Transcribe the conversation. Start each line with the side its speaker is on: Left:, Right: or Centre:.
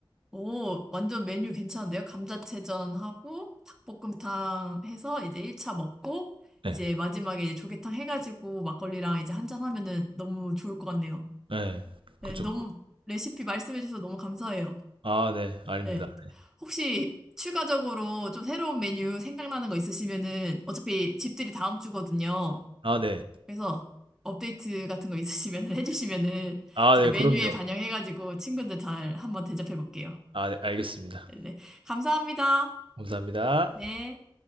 Centre: 오, 완전 메뉴 괜찮은데요? 감자채전하고 닭볶음탕 해서 이제 1차 먹고
Right: 네.
Centre: 이제 마지막에 이제 조개탕 해가지고 막걸리랑 이제 한잔 하면은 너무 좋을 것 같네요.
Right: 네.
Centre: 네,
Right: 그죠.
Centre: 너무 레시피 말씀해주셔서 너무 감사해요.
Right: 아, 네. 아닙니다.
Centre: 네. 혹시 추가적으로 좀 새로운 메뉴 생각나는 거 있으시면은 어차피 집들이 다음 주거든요.
Right: 아 네.
Centre: 그래서 업데이트 같은 거 있으시면은 <laughs> 해주시면은
Right: 아
Centre: 제
Right: 네
Centre: 메뉴에
Right: 그럼요.
Centre: 반영해가지고 친구들 잘 한번 대접해 볼게요.
Right: 아 네 알겠습니다.
Centre: 네. 감사합니다.
Right: 감사합니다.
Centre: 네.